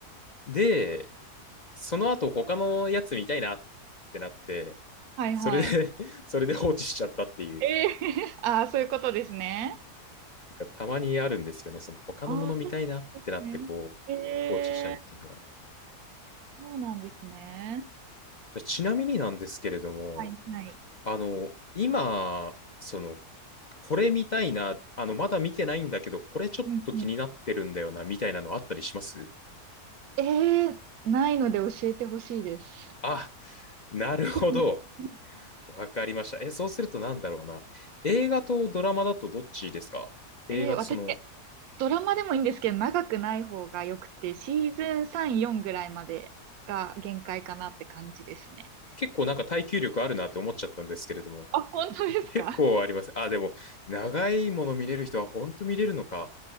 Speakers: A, on the left; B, on the right.
A: で、その後他のやつ見たいなってなって、
B: はいはい。
A: それで <laughs> それで放置しちゃったっていう、
B: ええ <laughs> ああ、そういうことですね。
A: なんかたまにあるんですよね。その他のもの見たいなってなってこう、
B: ああ、そうですね。え
A: 放置したいっていうのが。
B: えそうなんですね。
A: じゃあちなみになんですけれども、
B: はいはい。
A: あの、今、その、これ見たいな、あの、まだ見てないんだけど、これちょっと気になってるんだよな、
B: うんうん
A: みたいなのあったりします
B: えー、ないので教えてほしいです。
A: あ、なるほど。
B: <laughs>
A: わかりました。え、そうするとなんだろうな。映画とドラマだとどっちですか映画とその、
B: えー、私、ドラマでもいいんですけど、長くない方がよくて、シーズン3、4ぐらいまでが限界かなって感じですね。
A: 結構なんか耐久力あるなって思っちゃったんですけれども、
B: あ、本当ですか
A: 結構あります。あ、でも、長いもの見れる人は本当見れるのか。